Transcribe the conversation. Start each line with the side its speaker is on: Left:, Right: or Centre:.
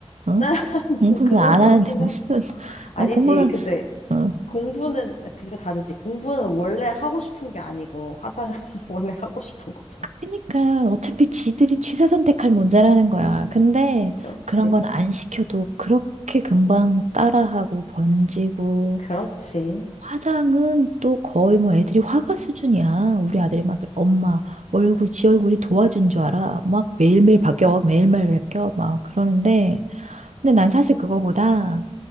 Right: 응?
Left: <laughs>
Right: 공부는
Left: 뭐, 그건
Right: 안
Left: 그렇긴
Right: 하는데 무슨,
Left: 해.
Right: <laughs>
Left: 아니지.
Right: 어, 공부는,
Left: 근데
Right: 어,
Left: 공부는 그게 다르지. 공부는 원래 하고 싶은 게 아니고 화장은 <laughs> 원래 하고 싶은 거잖아.
Right: 그니까 러 어차피 지들이 취사 선택할 문제라는 거야. 근데
Left: 그렇지.
Right: 그런 건 안 시켜도 그렇게 금방 따라하고 번지고
Left: 그렇지.
Right: 화장은 또 거의 뭐 애들이 화가 수준이야. 우리 아들이 막 엄마
Left: 맞아.
Right: 얼굴 지 얼굴이 도와준 줄 알아. 막 매일매일 바뀌어 매일매일 바뀌어 막 그러는데 근데 난 사실 그거보다